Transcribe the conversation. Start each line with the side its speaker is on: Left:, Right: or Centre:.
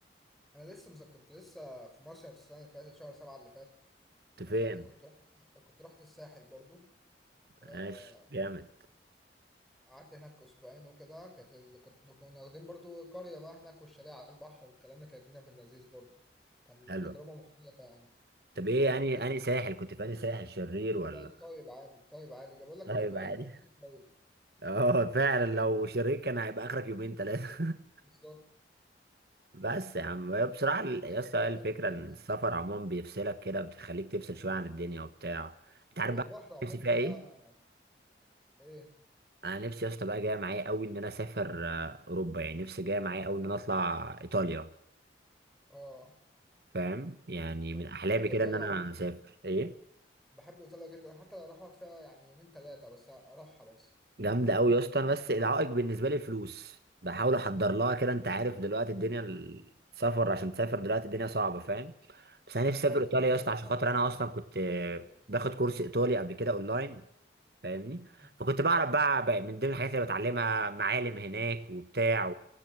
Centre: انا لسه مز... كنت لسه في مصيف السنة اللي فاتت شهر سبعة اللي فات.
Right: كنت
Centre: آه
Right: فين
Centre: كنت رحت كنت رحت الساحل برضو.
Right: ماشي
Centre: آه،
Right: جامد
Centre: قعدت هناك اسبوعين وكده كانت ال- كنت كنا واخدين برضو قريه بقى هناك والشاليه على البحر والكلام ده كانت الدنيا في اللذيذ برضو كان
Right: حلو
Centre: تجربه مختلفه يعني
Right: طب
Centre: تجربه
Right: ايه يعني
Centre: كانت
Right: انهي ساحل كنت في انهي ساحل شرير ولا
Centre: لا الطيب عادي الطيب عادي جاي بقول لك
Right: لا
Centre: اسبوعين
Right: يبقى عادي
Centre: فقلت طيب
Right: <laughs> اه فعلا لو شرير كان هيبقى اخرك يومين ثلاثة
Centre: بالظبط
Right: بس يا عم هي بصراحة ال- يا
Centre: هي كانت
Right: اسطى هي الفكرة
Centre: كانت لذيذه
Right: ان
Centre: يعني
Right: السفر عموما بيفصلك كده بتخليك تفصل شوية عن الدنيا وبتاع انت عارف
Centre: هو
Right: بقى
Centre: البحر عموما
Right: نفسي فيها
Centre: ده
Right: ايه؟
Centre: ايه
Right: انا نفسي يا اسطى بقى جاية معايا قوي ان انا اسافر آه، اوروبا يعني نفسي جاية معايا قوي ان انا اطلع ايطاليا
Centre: اه
Right: فاهم؟ يعني
Centre: طبعا
Right: من احلامي
Centre: بحب
Right: كده
Centre: ايطاليا
Right: ان انا
Centre: عموما
Right: اسافر ايه؟
Centre: بحب ايطاليا جدا حتى لو اروح اقعد فيها يعني يومين ثلاثه بس اروحها بس
Right: جامدة قوي يا اسطى انا بس العائق بالنسبة لي الفلوس بحاول احضر لها كده انت عارف دلوقتي الدنيا السفر عشان تسافر دلوقتي الدنيا صعبة فاهم؟ بس انا نفسي
Centre: انا واحد
Right: اسافر ايطاليا
Centre: صاحبي
Right: يا اسطى
Centre: اصلا
Right: عشان خاطر انا اصلا كنت آه،
Centre: يعني
Right: باخد كورس ايطالي قبل كده اونلاين فاهمني
Centre: أمم.
Right: فكنت بعرف بقى, بقى من ضمن الحاجات اللي بتعلمها معالم هناك وبتاع